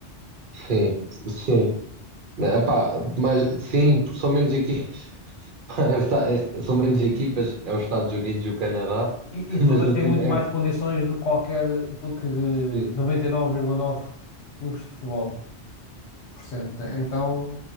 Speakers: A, on the right; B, on the left.
A: Sim, sim. Epá,
B: Ah,
A: mas sim, porque são menos equipas, <laughs> é o esta- é- são menos equipas, é os Estados Unidos e o Canadá,
B: E,
A: <laughs>
B: e todas
A: mas do
B: têm
A: tipo,
B: muito
A: é.
B: mais condições de qualquer do que
A: Sim.
B: noventa e nove vírgula nove clubes de futebol por cento. né? Então,